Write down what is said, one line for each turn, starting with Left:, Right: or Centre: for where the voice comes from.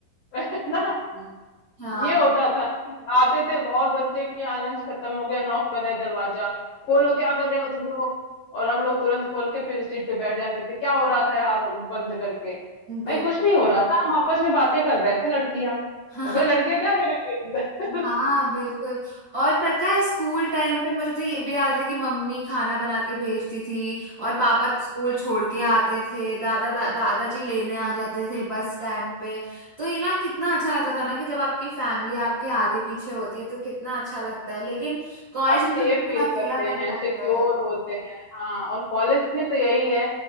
Left: <laughs> है ना
Right: बिल्कुल। हाँ
Left: ये होता था आते थे और बच्चे की यहाँ लंच खत्म हो गया नॉक कर रहे हैं दरवाजा खोलो क्या कर रहे हो तुम लोग और हम लोग तुरंत खोल के फिर सीट पे बैठ जाते थे क्या हो रहा था यार बंद करके भाई
Right: बिल
Left: कुछ नहीं हो रहा था हम आपस में बातें कर रहे थे लड़कियां
Right: <laughs> हाँ
Left: अब भाई लड़कियां क्या करेंगे अंदर?
Right: हाँ बिल्कुल और पता है स्कूल टाइम पे मुझे तो ये भी याद है कि मम्मी खाना बना के भेजती थी और पापा
Left: <laughs>
Right: स्कूल छोड़ के आते थे दादा दा, दादाजी लेने आ जाते थे बस स्टैंड पे तो ये ना कितना अच्छा लगता था ना कि जब आपकी फैमिली आपके आगे पीछे होती है तो कितना अच्छा लगता है लेकिन कॉलेज
Left: आप
Right: में
Left: सेफ
Right: तो बिल्कुल
Left: फील
Right: अकेलापन
Left: करते हैं
Right: ही लगता
Left: सिक्योर
Right: है
Left: होते हैं हाँ और कॉलेज में तो यही है